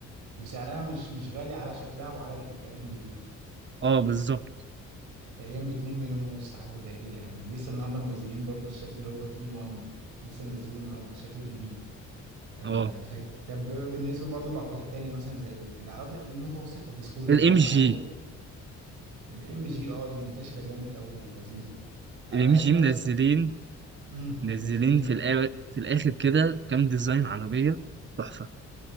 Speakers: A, on the right (about 85°); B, on the right (about 40°).
A: وسعرها مش مش غالي على شكلها وعلى الامكانيات اللي فيها
B: اه بالظبط
A: تقريبا ب 2 مليون ونص حاجه زي كده يعني ولسه النهارده منزلين برضو الشكل اللي هو تي 1 لسه منزلينه النهارده الشكل الجديد آه
B: اه
A: ف... طب بالنسبه برضو للعربيات التانية مثلا زي ال- العربيات المتوسطه السكودا
B: الام
A: انا
B: جي
A: بحب الام جي اه دي منتشره جامد قوي لذيذه انا
B: الام
A: بحب
B: جي
A: بقى
B: منزلين
A: تخ- امم
B: منزلين
A: منزلين ايه
B: في الأ... في الاخر كده كام ديزاين عربية تحفة